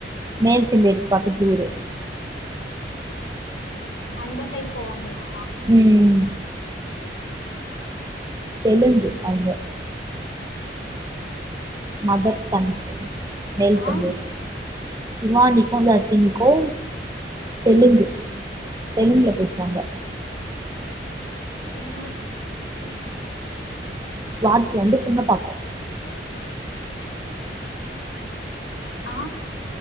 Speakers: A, on the right (about 20°); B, on the left (about 75°).
A: மேல்சிம்பெடுக்கு பக்கத்தூரு
B: அந்த சைட் போவாங்களா
A: ம் தெலுங்கு அவுங்க மதர் டங்க் மேல்
B: ஆ
A: செம்பேடு சிவானிக்கு தர்ஷினிக்கு தெலுங்கு தெலுங்குல பேசுவாங்க
B: இன்னொத்தி ஆ
A: சுவாதி வந்து புன்னப்பாக்க
B: ஆ